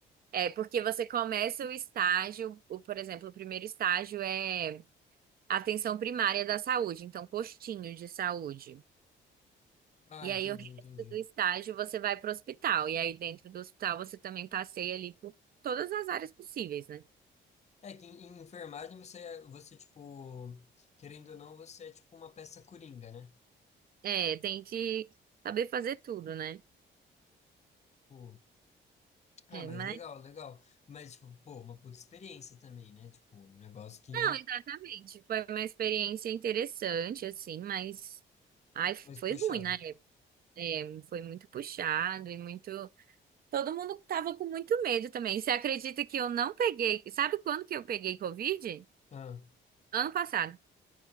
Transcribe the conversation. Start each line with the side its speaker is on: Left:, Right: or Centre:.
Right: É, porque você começa o estágio, o, por exemplo, o primeiro estágio é atenção primária da saúde, então postinho de saúde.
Left: Ah,
Right: E
Left: entendi,
Right: aí o resto
Left: entendi.
Right: do estágio você vai para o hospital. E aí dentro do hospital você também passeia ali por todas as áreas possíveis, né?
Left: É que em, em enfermagem você, você, tipo, querendo ou não, você é tipo uma peça coringa, né?
Right: É, tem que saber fazer tudo, né?
Left: Tipo, ah,
Right: É,
Left: mas
Right: mas
Left: legal, legal. Mas, tipo, pô, uma puta experiência também, né? Tipo, um negócio que
Right: não, exatamente. Foi uma experiência interessante, assim, mas ai,
Left: mais
Right: foi
Left: puxado.
Right: ruim, né? É, foi muito puxado e muito. Todo mundo tava com muito medo também. Você acredita que eu não peguei? Sabe quando que eu peguei Covid?
Left: Ah,
Right: Ano passado.